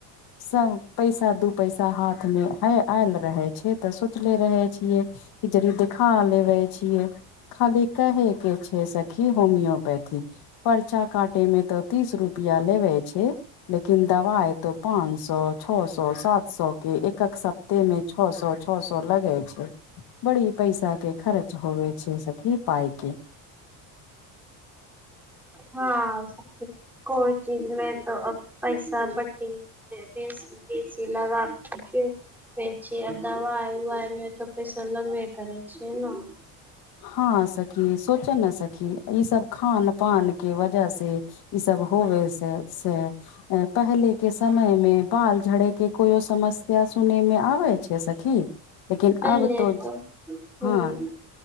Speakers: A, on the left; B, in the centre.
A: सभ पैसा दू पैसा हाथमे ह आयल रहै छै तऽ सोचले रहै छिऐ कि जड़ देखा लेबे छियै खाली कहेके छै सखी होमियोपैथी परचा काटे मे तऽ तीस रुपआ लेवे छै लेकिन दवाइ तो पाँच सए छओ सए सात सौ के एकक सप्ताहमे छओ सौ छओ सौ लगै छै बड़ी पैसा के खर्च होबे छैे सखी पाइके
B: हँ कोइ चीजमे तऽ पैइसा बड्डी बेसी बेसी <unintelligible> छै <unintelligible> छी आ दबाइ उवाइ मे तऽ पैसा लगै करै छिए ना
A: हँ सखी सोचऽ ने सखी ई सब खान पान के वजह से ई सब होवे से पहले के समय मे बाल झड़े के कोयो समस्या सुनेमे आवे छै सखी लेकिन
B: पहिले
A: अब तो
B: तऽ हूँ
A: हं